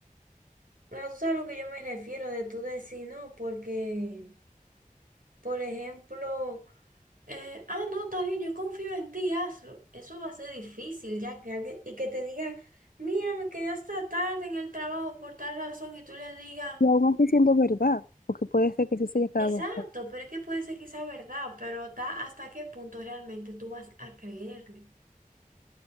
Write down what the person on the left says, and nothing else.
Y aún así siendo verdad, porque puede ser que sí se haya quedado.
"Jo,